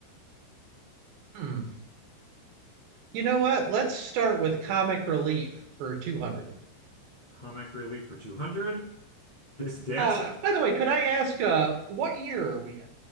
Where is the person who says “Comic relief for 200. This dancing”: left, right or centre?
Left